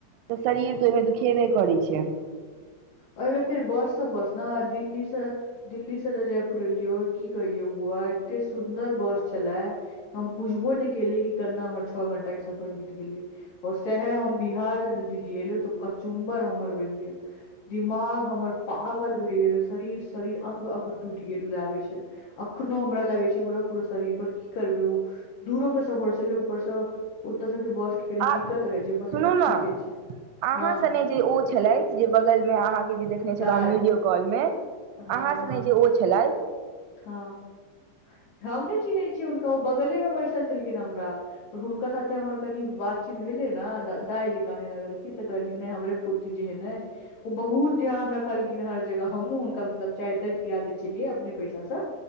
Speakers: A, on the right; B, on the left.
A: तऽ शरीर तऽ ओहि में दुखेबे करै छै।
B: एहि मे फेर बससँ बसना दिल्लीसँ दिल्ली से जे जयपुर एलियो की कहियौ बुआ एते सुंन्दर बस छलेया हम बुझबो नहि केलियै कि केना हमर छः घंटा के सफर बीत गेलै ओ सएह हम बिहार से त दिल्ली एलहु तऽ कचुम्बर हमर बनि गेल दिमाग हमर पागल भहि गेल शरीर शरीर अंग अंग टूटि गेल लागे छै। अखनो हमरा लगै छै। पूरा पूरा शरीर पर की करबै ओ दूरो के सफर छलै ऊपरसँ ओतऽ सभ के बस किकरिये
A: आ
B: दिक्कत रहै छै। बकी
A: सुनू
B: तऽ
A: ने
B: ठीके छै।
A: अहाँ
B: हँ
A: सने ओ छलै जे बगल में अहाँ देखने
B: दाय
A: छलहुँ वीडियो कॉल में अहाँ
B: हँ
A: सने
B: हँ
A: जे ओ छलै।
B: हँ हम ने चिन्है छीयै हुनका ओ बगले में बैसल छलखिन हमरा पर हुनका साथे हमर कनि बातचीत भेलै ने दाइ जे कानय लागलखिन तऽ कहलखिन नहि हमरे पोति जे हे ऐ ओ बहुत ध्यान रखलखिन हर जगह हमहुँ हुनका मतलब चाय ताय पिया दे छलियै अपने पै सा